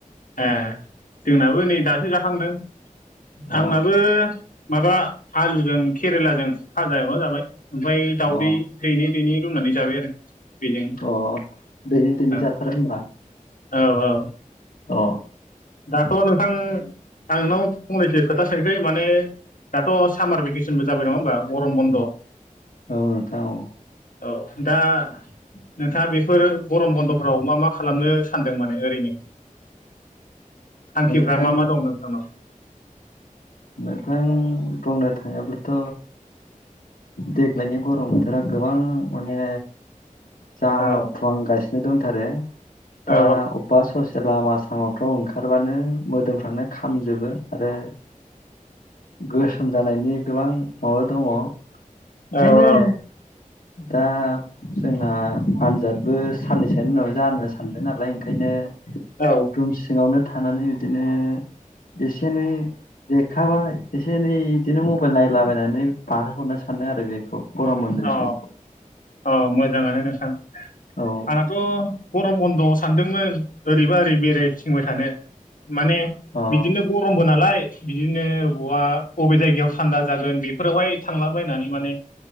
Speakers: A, on the left; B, on the left.
A: ए जोंनाबो नै दासो जाखांदों
B: अ
A: आंनाबो माबा आलुजों केरेलाजों फाजा एवना जाबाय ओमफ्राय दावउदै
B: अ
A: दैनै दैैनै रुनानै जाबाय आरो बेजों
B: अ दैनै दैनै
A: औ
B: जाथारो होनबा
A: औ औ
B: अ
A: दाथ' नोंथां आं नोंनाव फंनैसो खोथा सोंसै माने दाथ' सामार भेकेसनबो जाबाय नङा होमबा गरम बन्द'
B: औ नोंथां औ
A: औ दा। नोंथाङा बेफोर गरम बन्द'फ्राव मा मा खालामनो सानदों माने ओरैनो थांखिफ्रा
B: नोंथां
A: मा मा दं नोंथांनाव
B: नोंथां। बुंनो थाङोब्लाथ' देग्लायनि गरम बोथोरा गोबां माने जाफुहांगासिनो
A: औ
B: दंथारो दा
A: औ
B: अबेबा ससे लामा लामाफ्राव ओंखारबानो मोदोमफ्रानो खामजोबो आरो गोसोम जानायनि गोबां माबा दङ' ओंखायनो
A: औ औ।
B: दा जोंना आनजादबो साननैसोनि उनाव जानो सानदों नालाय ओंखायनो।
A: औ
B: रुम सिङावनो थानानै बिदिनो एसे एनै देरखाबाय एसे एनै बिदिनो मबाइल नायलाबायनानै बारहोहरनो सानदों आरो बेखौ गरम बन्दनि
A: औ
B: सम
A: औ मोजाङानो नोंथां
B: औ
A: आंहाथ'। गरम बन्द'आव सानदोंमोन ओरैबा ओरै बेरायथिंबाय थानो माने
B: अ
A: बिदिनो गरमबो नालाय बिदिनो बहा बबे जायगायाव। थान्दा जागोन बेफोरावहाय थांलाबायनानै माने